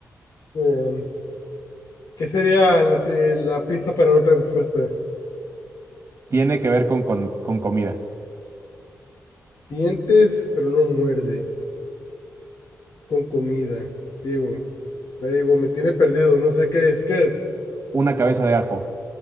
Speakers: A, on the left; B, on the right.
A: Em, ¿qué sería la, se- la pista para otra respuesta?
B: Tiene que ver con, con, con comida.
A: Dientes, pero no muerde. Con comida. Diego. La Diego, me tiene perdido. No sé qué es. ¿Qué es?
B: Una cabeza de ajo.